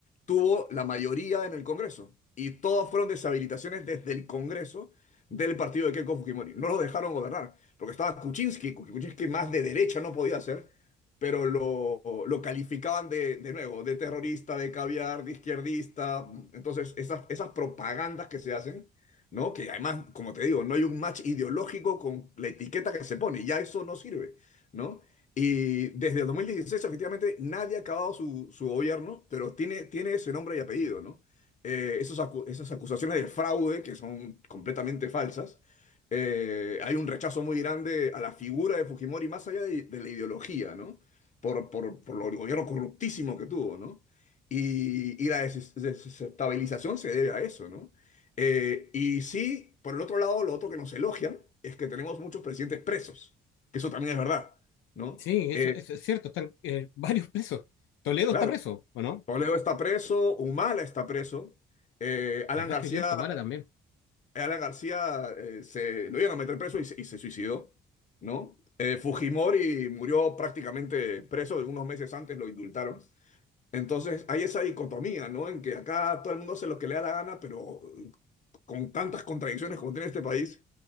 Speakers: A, on the left (about 40°); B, on the left (about 80°).
A: tuvo la mayoría en el Congreso y todas fueron deshabilitaciones desde el Congreso del partido de Keiko Fujimori. No los dejaron gobernar, porque estaba Kuczynski, que Kuczynski más de derecha no podía hacer, pero lo, lo calificaban de, de nuevo, de terrorista, de caviar, de izquierdista. Entonces, esas, esas propagandas que se hacen, ¿no? Que además, como te digo, no hay un match ideológico con la etiqueta que se pone, ya eso no sirve, ¿no? Y desde el 2016, efectivamente, nadie ha acabado su, su gobierno, pero tiene, tiene ese nombre y apellido, ¿no? Eh, esos acu- esas acusaciones de fraude, que son completamente falsas, eh, hay un rechazo muy grande a la figura de Fujimori, más allá de, de la ideología, ¿no? por, por, por lo gobierno corruptísimo que tuvo, ¿no? Y, y la des- desestabilización se debe a eso, ¿no? Eh, y sí, por el otro lado, lo otro que nos elogian es que tenemos muchos presidentes presos, que eso también es verdad, ¿no?
B: sí, eso,
A: Eh,
B: eso es cierto, están eh, <laughs> varios presos. Toledo
A: claro,
B: está preso, ¿o no?
A: Toledo está preso, Humala está preso, eh, Alan
B: ¿Verdad
A: García,
B: que Tamara también?
A: Alan García eh, se, lo iban a meter preso y se, y se suicidó, ¿no? Eh, Fujimori murió prácticamente preso, unos meses antes lo indultaron. Entonces hay esa dicotomía, ¿no? En que acá todo el mundo hace lo que le da la gana, pero con tantas contradicciones como tiene este país,